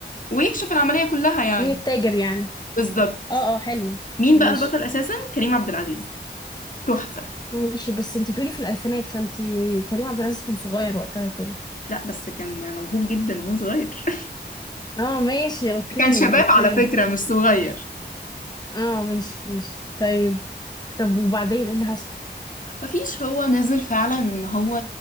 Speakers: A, on the left; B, on the left.
A: ويكشف العملية كلها يعني
B: مين التاجر يعني
A: بالظبط
B: اه اه حلو
A: مين
B: ماشي
A: بقى البطل أساسا كريم عبد العزيز تحفة
B: ماشي بس انتي بتقولي في الالفينات فانتي كريم عبد العزيز كان صغير وقتها كده
A: لا بس كان موهوب جدا وهو صغير
B: اه ماشي اوكي
A: كان شباب
B: اوكي
A: على فكرة مش صغير
B: اه ماشي ماشي طيب طب وبعدين ايه اللي حصل
A: مفيش هو نزل فعلا ان هو